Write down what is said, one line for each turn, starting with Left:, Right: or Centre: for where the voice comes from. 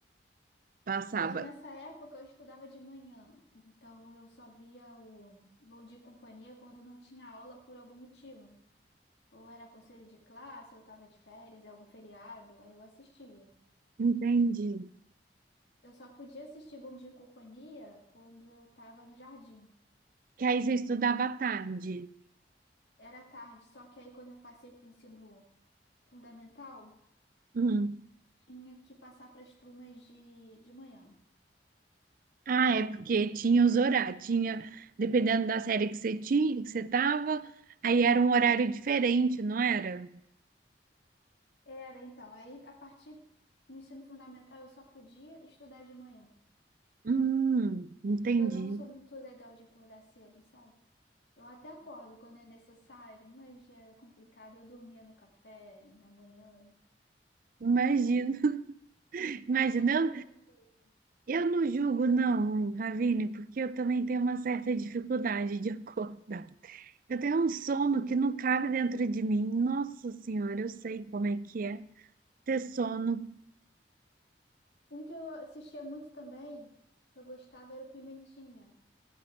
Right: Passava.
Left: Mas nessa época eu estudava de manhã, então eu só via o Bom Dia e Companhia quando não tinha aula por algum motivo. Ou era conselho de classe, ou estava de férias, algum feriado, aí eu assistia.
Right: Entendi.
Left: Eu só podia assistir Bom Dia e Companhia quando eu estava no jardim.
Right: Que aí você estudava à tarde.
Left: Era tarde, só que aí quando eu passei para o ensino fundamental,
Right: Hum.
Left: tinha que passar para as turmas de, de manhã.
Right: Ah, é porque tinha os horários, tinha, dependendo da série que você tinha, que você tava, aí era um horário diferente, não era?
Left: Era então, aí a partir do ensino fundamental eu só podia estudar de manhã.
Right: Hum, entendi.
Left: E eu não sou muito legal de acordar cedo, sabe? Eu até acordo quando é necessário, mas já era complicado. Eu dormia no café da manhã.
Right: Imagino, <laughs> imagina.
Left: Era
Right: Eu,
Left: muito difícil.
Right: eu não julgo, não, Ravine, porque eu também tenho uma certa dificuldade de acordar. Eu tenho um sono que não cabe dentro de mim. Nossa Senhora, eu sei como é que é ter sono.
Left: Um que eu assistia muito também, que eu gostava, era o Pimentinha,